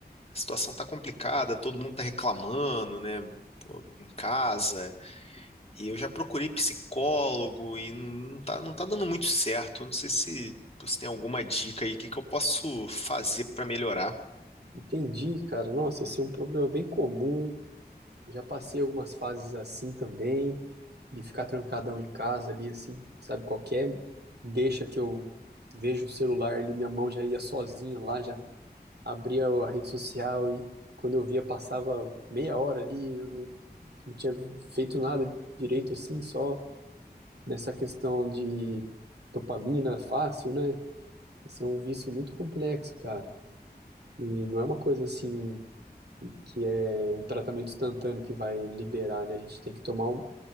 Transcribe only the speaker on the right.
Entendi, cara. Nossa, esse é um problema bem comum. Já passei algumas fases assim também, de ficar trancadão em casa ali, assim, sabe, qualquer deixa que eu vejo o celular ali, minha mão já ia sozinha lá, já abria a rede social e quando eu via passava meia hora ali, eu não, não tinha feito nada direito assim, só nessa questão de dopamina fácil, né? Esse é um vício muito complexo, cara. E não é uma coisa assim que é um tratamento instantâneo que vai liberar, né? A gente tem que tomar um